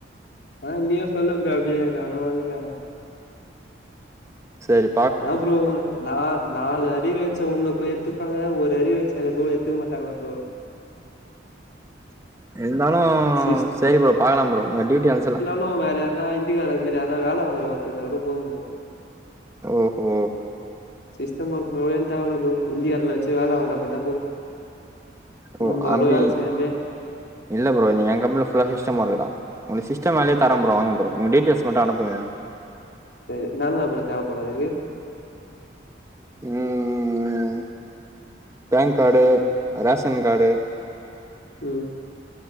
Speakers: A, on the left (about 60°); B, on the right (about 15°).
A: ஆ நீயு சொல்லு ஃப்ரோ அப்டியே நானு வந்துறே
B: சேரி
A: ஏ ப்ரோ நா நாலு அரியர் வச்ச உன்ன அப்ப எட்த்துப்பாங்க ஒரு ஆரியர் வச்ச என்னலா எட்த்துக்க மாட்டாங்களா ப்ரோ
B: இருந்தாலு
A: சிஸ்த்
B: சேரி ப்ரோ பாக்கலா ப்ரோ உங்க டீடியல்ஸுலா
A: ப்பவு வேற யாருனா இந்திக்கார அது மாரி யாருனா வேல வாங்குற ஒர்க் இருந்த கூட போது ப்ரோ
B: ஓஹோ
A: சிஸ்டம் ஒர்க் கூட எனக்கு தேவ இல்ல ப்ரோ இந்திக்காரன வச்சி வேல வாங்குற மார்ந்தா போது
B: ஓ
A: நம்ப அவ்ளோ
B: அப்டி
A: வேல செய்யாமே
B: இல்ல ப்ரோ நீ எ கம்பெனில ஃபுல்லா சிஸ்டம் ஒர்க்கு தா அந்த சிஸ் ஸ்டம் வேலையே தர ப்ரோ வாங்க ப்ரோ உங்க டீடியல்ஸ் மட்டு அனுப்புங்க எனக்
A: சேரி என்னென்ன அப்ற தேவப்படு அதுக்கு
B: ம் பேன் கார்டு ரேஷன் கார்டு
A: ம்